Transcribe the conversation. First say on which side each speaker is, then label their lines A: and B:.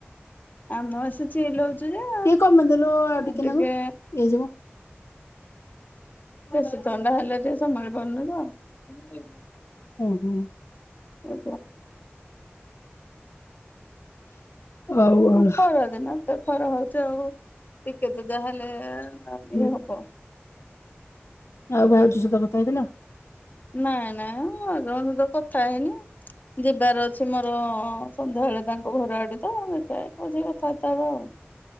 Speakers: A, on the left (about 40°); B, on the left (about 75°).
A: ଆ ମୁଁ ଆସୁଛି ।
B: ଟିକେ କମେଇଦେଲୁ ଆଉ
A: ଟିକେ
B: ନାକୁ ହେଇଯିବ
A: ବେଶୀ ଥଣ୍ଡା ହେଲେ ଟିକେ ସମ୍ଭାଳି ପାରୁନି ତ ।
B: ହୁଁ।
A: ଏ
B: ଆଉ କଣ?
A: ଖରାଦିନ ତ ଖରା ହଉଛି ଆଉ ଟିକେ ତ ଯାହାହେଲେ ହ ଏଇ
B: ହୁଁ
A: ହବ।
B: ଆଉ ଭାଉଜ ସହିତ କଥା ହେଇଥିଲ?
A: ନାଇଁ ନାଇଁ ଭାଉଜଙ୍କ ସହିତ କଥା ହେଇନି ଯିବାର ଅଛି ମୋର ହଁ ସନ୍ଧ୍ୟାବେଳେ ତାଙ୍କ ଘର ଆଡେ ତ ଦେଖ କହୁଛି କଥା ବାର୍ତ୍ତା ହବା ଆଉ।